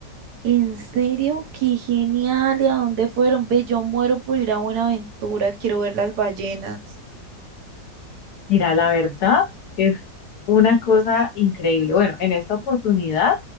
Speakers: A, on the right (about 70°); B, on the left (about 65°).
A: ¿En serio? ¡Qué genial! ¿Y a dónde fueron? Ve, yo muero por ir a Buenaventura, quiero ver las ballenas.
B: Mira, la verdad es una cosa increíble. Bueno, en esta oportunidad